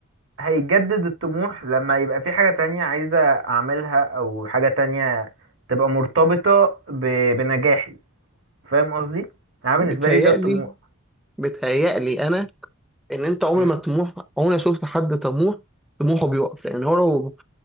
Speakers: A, on the right; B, in the centre.
A: هيجدد الطموح لما يبقى في حاجة تانية عايزة أعملها أو حاجة تانية تبقى مرتبطة ب... بنجاحي فاهم قصدي؟ يعني بالنسبة
B: بتهيألي
A: لي ده الطموح
B: بتهيألي انا ان انت عمر
A: م?
B: ما طموح عمري ما شفت حد طموح طموحه بيقف لان هو لو